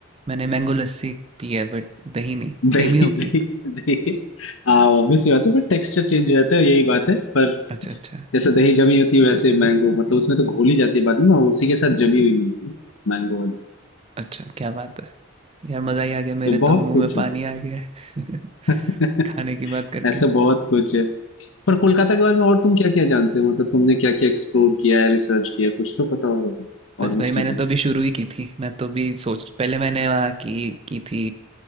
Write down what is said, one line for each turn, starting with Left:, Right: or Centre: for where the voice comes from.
Right: मैंने मैंगो लस्सी पी है बट दही नहीं
Left: दही
Right: सेम ही होगी
Left: दही दही हाँ ऑब्वियस बात है पर टेक्सचर चेंज हो जाता है यही बात है पर
Right: अच्छा अच्छा
Left: जैसे दही जमी होती है वैसे मैंगो मतलब उसमें तो घोली जाती है बाद में ना उसी के साथ जमी हुई मिलती है मैंगो वाली
Right: अच्छा क्या बात है यार मज़ा ही आ गया
Left: तो
Right: मेरे
Left: बहुत
Right: तो मुंह
Left: कुछ
Right: में
Left: है
Right: पानी आ गया है
Left: <laughs>
Right: <laughs> खाने की बात करके
Left: ऐसा बहुत कुछ है पर कोलकाता के बारे में और तुम क्या क्या जानते हो मतलब तुमने क्या क्या एक्सप्लोर किया है रिसर्च किया है, कुछ तो पता होगा
Right: बस
Left: और भी
Right: भाई
Left: चीजें
Right: मैंने तो अभी शुरू ही की थी मैं तो भी सोच पहले मैंने वहाँ की की थी